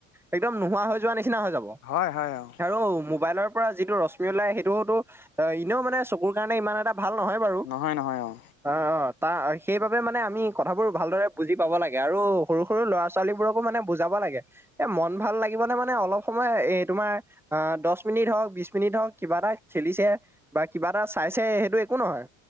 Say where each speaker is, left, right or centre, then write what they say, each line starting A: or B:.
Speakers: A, in the centre; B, on the left (about 90°).
A: একদম নোহোৱা হৈ যোৱা নিচিনা হৈ যাব।
B: হয় হয় অ'
A: আৰু মোবাইলৰ পৰা যিটো ৰশ্মি ওলাই সেইটোতো অ এনেও মানে চকুৰ কাৰণে ইমান এটা ভাল নহয়। বাৰু।
B: নহয়', নহয়', অ',।
A: অ অ তাৰ সেইবাবে মানে আমি কথাবোৰ ভালদৰে বুজি পাব লাগে। আৰু সৰু সৰু ল'ৰা- ছোৱালীবোৰকো মানে বুজাব লাগে। এ মন ভাল লাগিব নে মানে অলপ- সময় এ তোমাৰ আঁহ দহ মিনিট হওঁক বিশ মিনিট হওঁক কিবা এটা খেলিছে। বা কিবা এটা চাইছে সেইটো একো নহয়,